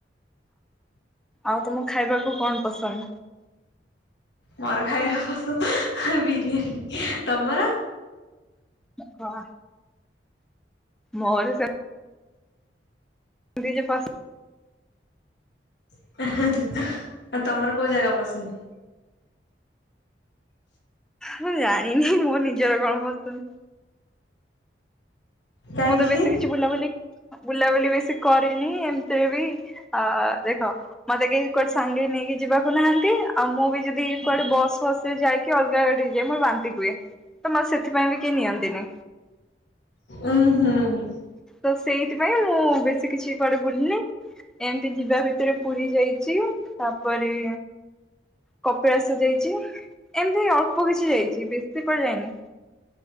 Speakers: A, in the centre; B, on the left (about 70°).
A: ଆଉ ତମକୁ ଖାଇବାକୁ କଣ ପସନ୍ଦ?
B: ବରା ଖାଇବାକୁ ପସନ୍ଦ ବିରିୟାନୀ ତମର
A: କଣ? ମୋର ସେମିତି <unintelligible>
B: <unintelligible> ଆଉ ତମର କୋଉ ଜାଗା ପସନ୍ଦ?
A: ମୁଁ ଜାଣିନି ମୋ ନିଜର କଣ ପସନ୍ଦ।
B: କାହିଁକି?
A: ମୁଁ ତ ବେଶୀ କିଛି ବୁଲାବୁଲି ବୁଲାବୁଲି ବେଶୀ କରିନି ଏମିତିରେ ବି ଅ ଦେଖ ମତେ କେହି କୁଆଡେ ସାଙ୍ଗେରେ ନେଇକି ଯିବାକୁ ନାହାନ୍ତି। ଆଉ ମୁଁ ବି ଯଦି କୁଆଡେ ବସ୍ ଫସ୍ ସେ ଯାଇକି ଅଲଗା ଗାଡିରେ ଯାଏ ମୋର ବାନ୍ତି ହୁଏ। ତ ମତେ ସେଥିପାଇଁ ବି କେହି ନିଅନ୍ତିନି।
B: ଉହୁଁ।
A: ତ ସେଇଥିପାଇଁ ମୁଁ ବେଶୀ କିଛି କୁଆଡେ ବୁଲିନି। ଏମତି ଯିବା ଭିତରେ ପୁରୀ ଯାଇଛି। ତାପରେ କପିଳାସ ଯାଇଛି। ଏମତି ଅଳ୍ପ କିଛି ଯାଇଛି ବେଶୀ କୁଆଡେ଼ ଯାଇନି।